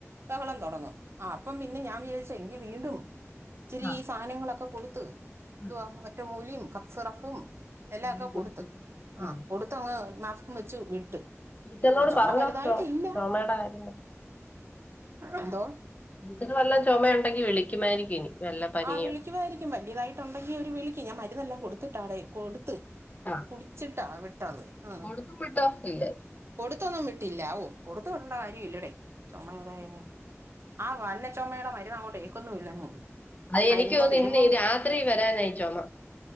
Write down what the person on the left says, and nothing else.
ആ
ഉം.
എന്നാ കൊടുത്തേ.
ആ
ടീച്ചറിനോട്
പറഞ്ഞോ
ചോ ചുമയുടെ കാര്യം പറ
ടീച്ചറും വല്ലൊ ചൊമയൊണ്ടെങ്കി വിളിക്കുമാരിക്കും ഇനി വല്ല പനിയോ
ആഹ്
കൊടുത്തും വിട്ടോ ഇല്ലെ
അയെനിക്കു
തോന്നുന്നെ
ഇന്നീ രാത്രി വരാനാ ഈ ചൊമ